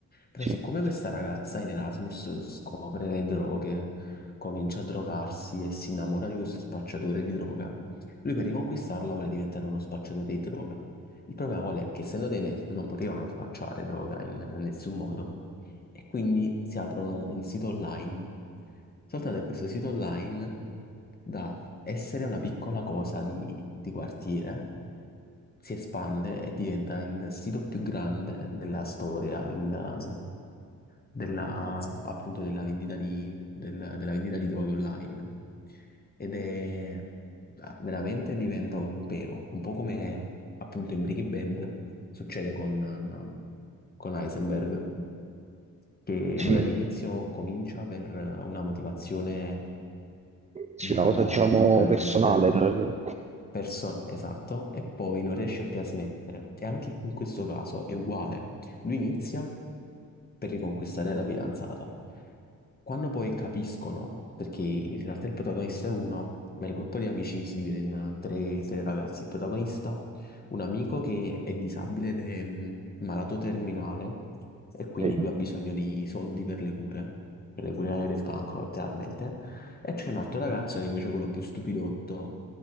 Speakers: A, on the left; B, on the right.
A: Però
B: Sì,
A: siccome questa ragazza in Erasmus scopre le droghe, comincia a drogarsi e si innamora di questo spacciatore di droga, lui per riconquistarla vuole diventare uno spacciatore di droga. Il problema qual è? Che essendo dei nerd non potevano spacciare droga in nessun modo e quindi si aprono un sito online. Soltanto che questo sito online dà essere una piccola cosa di, di quartiere si espande e diventa il sito più grande della storia della, della- appunto della vendita di, del- della vendita di droghe online. Ed è ah, veramente diventa un impero, un po' come appunto in Breaking Bad succede con, con Heisenberg, che
B: sì,
A: lui all'inizio comincia per una motivazione,
B: sì,
A: diciamo,
B: una cosa diciamo
A: tra virgolette
B: personale. per-
A: Perso, esatto, e poi non riesce più a smettere. E anche in questo caso è uguale. Lui inizia per riconquistare la fidanzata. Quando poi capiscono, perché in realtà il protagonista è uno, ma il gruppo di amici si divide in tre, tre ragazzi. Il protagonista, un amico che è disabile ed è mh, malato terminale e quindi
B: ok,
A: lui ha bisogno di soldi per le cure, per le cure del cancro, letteralmente. E c'è un altro ragazzo che invece è quello più stupidotto